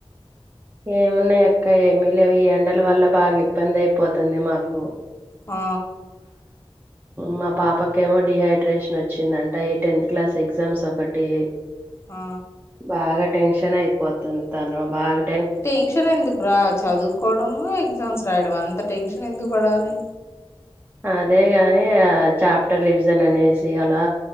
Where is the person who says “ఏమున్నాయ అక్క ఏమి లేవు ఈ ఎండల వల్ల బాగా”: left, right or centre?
Right